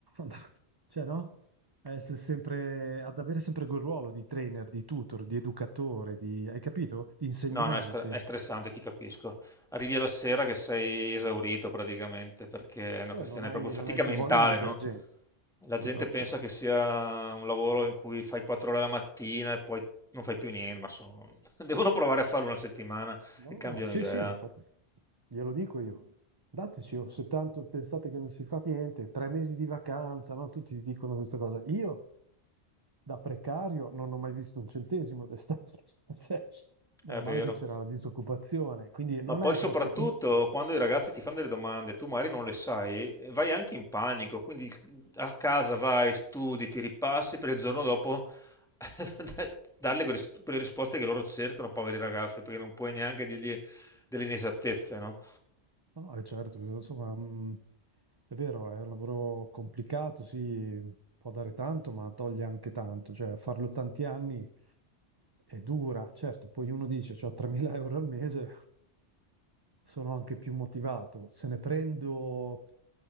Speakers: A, on the right; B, in the centre.
A: <laughs> cioè no? a essere sempre, ad avere sempre quel ruolo di trainer, di tutor, di educatore, di, hai capito? Di insegnante.
B: No, no, è, stre- è stressante, ti capisco. Arrivi alla sera che sei esaurito praticamente, perché è una
A: Cioè,
B: questione
A: non hai,
B: proprio fatica
A: non hai più
B: mentale,
A: voglia di vedere
B: no?
A: gente.
B: La
A: Esatto.
B: gente pensa che sia un lavoro in cui fai 4 ore la mattina e poi non fai più niente, ma sono... <laughs> devono provare a farlo una settimana
A: No,
B: e cambiano
A: sì,
B: idea.
A: sì, ma infatti, glielo dico io. Dateci, oh, se tanto pensate che non si fa niente, tre mesi di vacanza, no? Tutti dicono questa cosa. Io, da precario, non ho mai visto un centesimo d'estate. <laughs> Cioè, meno
B: È vero.
A: male che c'era la disoccupazione, quindi non
B: Ma poi
A: è
B: soprattutto
A: proprio... I...
B: quando i ragazzi ti fanno delle domande, tu magari non le sai, eh, vai anche in panico, quindi a casa vai, studi, ti ripassi per il giorno dopo <laughs> darle quelle, ris- quelle risposte che loro cercano, poveri ragazzi, perché non puoi neanche dirgli delle inesattezze, no?
A: No, eh, certo, bisogna- insomma, mh, è vero, è un lavoro complicato, sì, può dare tanto, ma toglie anche tanto, cioè farlo tanti anni è dura, certo, poi uno dice, ho 3.000 euro al mese, sono anche più motivato, se ne prendo